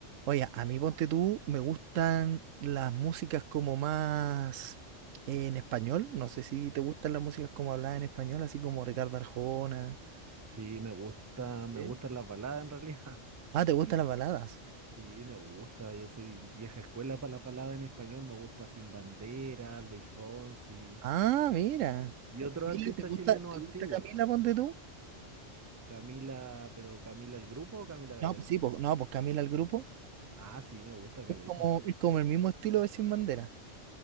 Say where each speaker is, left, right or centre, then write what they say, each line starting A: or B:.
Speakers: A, on the right; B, on the right.
A: Oye, a mí ponte tú, me gustan las músicas como más eh, en español. No sé si te gustan las músicas como habladas en español, así como Ricardo Arjona.
B: Sí, me gusta, me
A: ¿Sí?
B: gustan las baladas en realidad. <laughs>
A: Ah, ¿te gustan las baladas?
B: Sí, me gusta. Yo soy vieja escuela para las baladas en español. Me gusta Sin Bandera, Luis Fonsi
A: Ah, mira.
B: y otros
A: Camila,
B: artistas
A: ¿te gusta,
B: chilenos
A: te
B: antiguos.
A: gusta Camila, ponte tú?
B: Camila, pero Camila el grupo o Camila Gallardo.
A: No, pues sí, pues, no, pues Camila el grupo.
B: Ah, sí, me gusta Caleta.
A: Es como, es como el mismo estilo de Sin Bandera.